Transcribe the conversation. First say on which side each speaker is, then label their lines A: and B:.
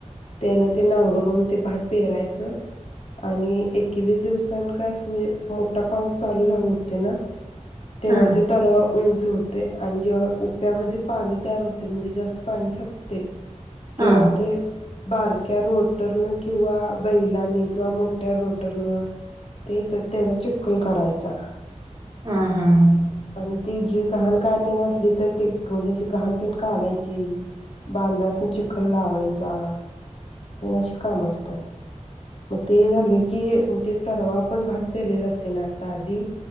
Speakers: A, on the left; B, on the right.
A: त्यान ते नांगरून ते भात पेहरायचं आणि एकवीस दिवसां का अस म्हणजे मोठा पाऊस चालू झा होते ना तेव्हा
B: हा हा
A: ते तर उंच होत. ते आणि जेव्हा उप्यामध्ये पाणी तयार होते म्हणजे जास्त पाणी साचते
B: हा
A: तेव्हा ते बारक्या रोटरनं किंवा बैलांनी किंवा मोठ्या रोटरनं ते त्याचा चिखोल करायचा.
B: हां हां.
A: आणि ती जी घहाण काय त न असली तर ती म्हणजे अशी घहाण तेन काढायची बांधासनी चिखल लावायचा. ते मशी काम असतात. मग ते झालं की मग ते तरवा आपण भात पेरलेला असते ना, आता आधी.